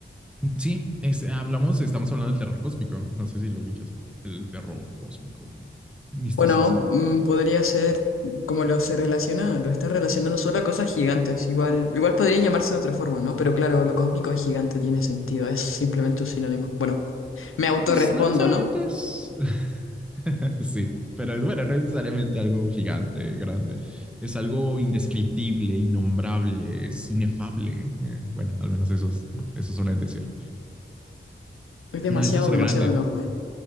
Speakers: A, in the centre; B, on the left.
A: sí, es, hablamos, estamos hablando del terror cósmico. No sé si lo ubicas, el terror cósmico, misticismo.
B: Bueno, mm, podría ser como lo se relaciona, lo está relacionando solo a cosas gigantes. Igual, igual podría llamarse de otra forma, ¿no? Pero claro, lo cósmico es gigante, tiene sentido, es simplemente un sinónimo. Bueno, me autorrespondo,
A: Pues no necesariamente
B: ¿no?
A: es... <laughs> sí, pero es bueno, no es necesariamente algo gigante, grande. Es algo indescriptible, innombrable, es inefable. Eh, bueno, al menos eso, es, eso suelen decir.
B: Es demasiado,
A: No necesita ser
B: demasiado
A: grande,
B: enorme.